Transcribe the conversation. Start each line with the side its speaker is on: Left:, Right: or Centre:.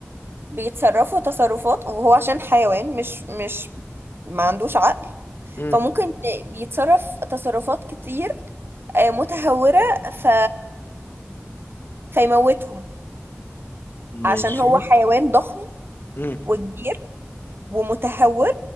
Right: بيتصرفوا تصرفات وهو عشان حيوان مش مش ما عندوش عقل
Left: امم
Right: فممكن ت- بيتصرف تصرفات كتير آه، متهورة ف فيموتهم
Left: ماشي
Right: عشان هو حيوان ضخم
Left: امم
Right: وكبير ومتهور